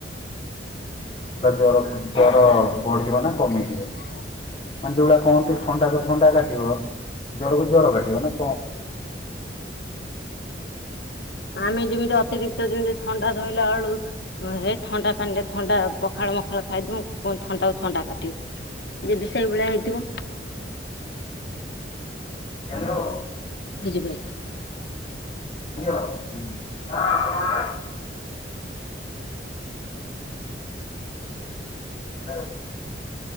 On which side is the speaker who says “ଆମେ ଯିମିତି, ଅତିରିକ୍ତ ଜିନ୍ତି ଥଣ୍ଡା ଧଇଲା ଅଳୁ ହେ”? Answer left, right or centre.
Left